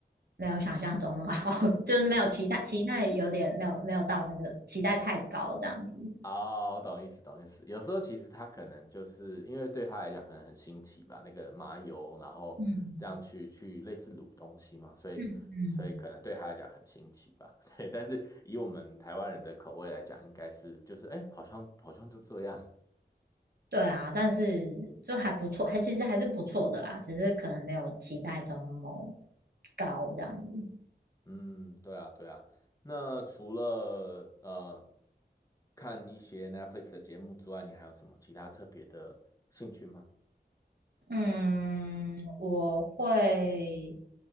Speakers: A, on the right; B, on the left.
A: 没有想象中那么好，<laughs> 就是没有期待，期待有点没有没有到那个期待太高这样子。
B: 哦，我懂意思，懂意思。有时候其实他可能就是因为对他来讲可能很新奇吧，那个麻油，然后这样去去类似卤东西嘛，
A: 嗯
B: 所以所以可能对他来讲很新奇吧。
A: 嗯嗯。
B: <laughs> 对，但是以我们台湾人的口味来讲，应该是就是哎，好像好像就这样。
A: 对啊，但是就还不错，还其实还是不错的啦，只是可能没有期待中那么高这样子。
B: 嗯，对啊，对啊。那除了呃看一些 Netflix 的节目之外，你还有什么其他特别的兴趣吗？
A: 嗯，我会